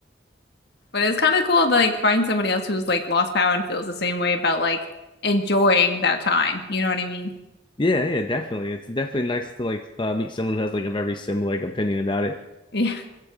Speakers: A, on the left; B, on the left.
A: But it's kind of cool to like find somebody else who's like lost power and feels the same way about like enjoying that time. You know what I mean? <laughs>
B: yeah yeah definitely it's definitely nice to like uh, meet someone who has like a very similar like opinion about it
A: Yeah.